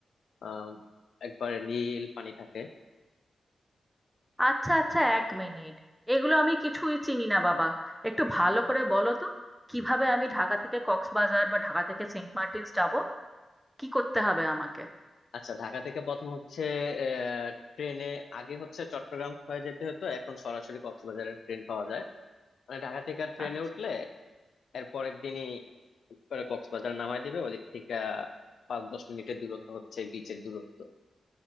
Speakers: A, on the left (about 75°); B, in the centre.
A: আহ একবারে নীল পানি থাকে
B: আচ্ছা আচ্ছা এক মিনিট এগুলো আমি কিছুই চিনি না বাবা একটু ভালো করে বলো তো কিভাবে আমি ঢাকা থেকে কক্সবাজার বা ঢাকা থেকে সেন্ট মার্টিনস যাব কি করতে হবে আমাকে
A: আচ্ছা ঢাকা থেকে প্রথম হচ্ছে আহ ট্রেনে আগে হচ্ছে চট্টগ্রাম হয়ে যেতে হতো এখন সরাসরি কক্সবাজারের ট্রেন পাওয়া যায় মানে ঢাকা থেকে ট্রেনে
B: আচ্ছা
A: উঠলে এর পরের দিনই করে কক্সবাজার নামায় দিবে ওদিক থেকে আহ, পাঁচ দশ মিনিটের দূরত্ব হচ্ছে বিচের দূরত্ব